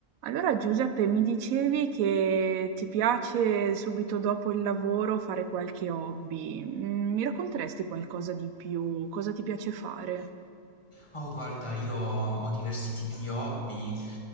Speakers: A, on the right; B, on the left.
A: Allora Giuseppe, mi dicevi che ti piace subito dopo il lavoro fare qualche hobby. Mm, Mi racconteresti qualcosa di più? Cosa ti piace fare?
B: Oh, guarda, io ho diversi tipi di hobby, eh,